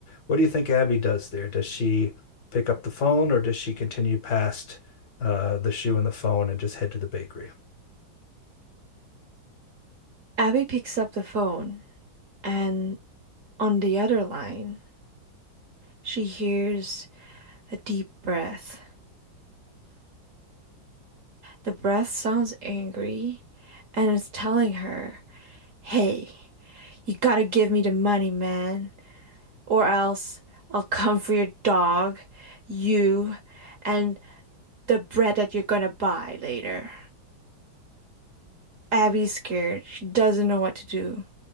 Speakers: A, on the left; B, on the right.
A: What do you think Abby does there? Does she pick up the phone or does she continue past uh, the shoe and the phone and just head to the bakery?
B: Abby picks up the phone, and on the other line, she hears a deep breath. The breath sounds angry and it's telling her, Hey, you gotta give me the money, man, or else I'll come for your dog, you, and the bread that you're gonna buy later. Abby's scared. She doesn't know what to do.